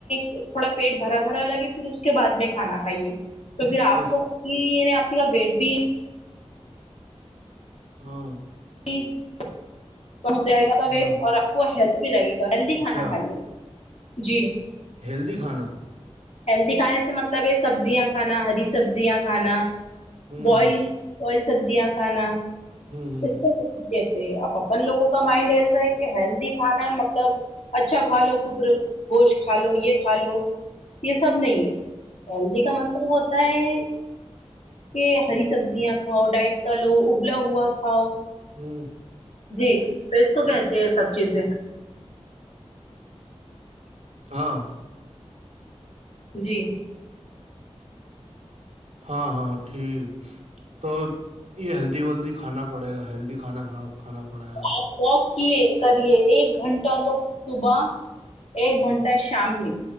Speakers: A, on the left; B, on the right.
A: تھوڑا پیٹ بھرا بھرا لگے پھر اس کے بعد میں کھانا کھائیے تو پھر آپ
B: ایس
A: کو کہ عنی آپسی کا ویٹ بھی <inaudible>
B: ہاں
A: جی <inaudible> پہنچ جائے گا آپ کا ویٹ
B: ہاں
A: اور آپ کو ہیلدی بھی لگے گا ہیلدی کھانا
B: اچھا
A: کھائیے جی
B: ہیلدی کھانا
A: ہیلدی کھانے سے مطلب ہے سبزیاں کھانا ہری سبزیاں کھانا
B: ہوں
A: بوائلڑ
B: ہوں
A: بوائلڑ سبزیاں کھانا
B: ہوں ہوں
A: اس کو کہتے اب ان لوگوں کا مائنڈ ایسا ہے کہ ہیلدی کھانا ہے مطلب اچھا کھالو کبر گوشت کھالو یہ کھالو یہ سب نہیں ہے ہیلدی کا مطلب ہوتا ہے یہ ہری سبزیاں کھاؤ ڈائٹ کا لو ابلا ہوا کھاؤ
B: ہیم
A: جی تو اس کو کہتے ہیں سب چیزیں
B: ہاں
A: جی
B: ہاں ہاں ٹھیک تو یہ ہیلدی ویلدی کھانا پڑے گا ہیلدی کھانا کھا کھانا پڑے گا
A: آپ واک کیے کرئے ایک گھنٹہ تو صبح ایک گھنٹہ شام میں